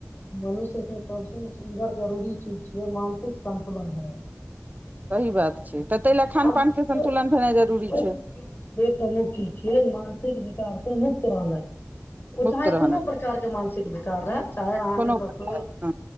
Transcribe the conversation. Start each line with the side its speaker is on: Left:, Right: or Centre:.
Left: मनुष्यके सबस सुन्दर जरूरी चीज छियै मानसिक संन्तुलन हैब
Right: सही बात छै तऽ ताहि लए खान
Left: सबसे
Right: पान के संन्तुलन भेनाइ जरूरी
Left: प्रमुख
Right: छै
Left: चीज छै प्रमुख चीज छिये मानसिक ते मुक्त रहनाइ ओ
Right: मुक्त
Left: चाहे
Right: रहनाइ
Left: कोनो प्रकारके मानसिक विकार रहै चाहे अहाँके
Right: कोनो
Left: ककरो
Right: प्रकार हँ